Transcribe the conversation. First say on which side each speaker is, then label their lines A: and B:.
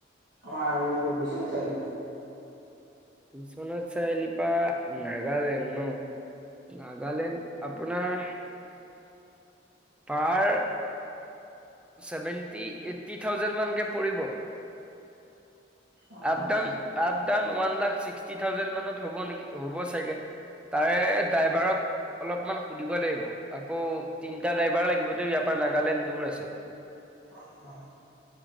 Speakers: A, on the right; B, in the centre.
A: আমাৰ এই কিবা বিশ্বনাথ চাৰিআলি পা
B: বিশ্বনাথ চাৰআলিৰ পা নাগালেণ্ড ন নাগালেণ্ড আপোনাৰ তাৰ ছেভেন্টি এইটটি থাউজেণ্ড মানকে পৰিব
A: অ'
B: আপ
A: আচ্ছা
B: down up down one lakh sixty thousand মানত হ'ব নেকি হ'ব চাগে তাৰে ড্ৰাইভাৰক অলপমান সুধিব লাগিব আকৌ তিনিটা ড্ৰাইভাৰ লাগিব দেই ইয়াৰ পৰা নাগালেণ্ড দূৰ আছে
A: আচ্ছা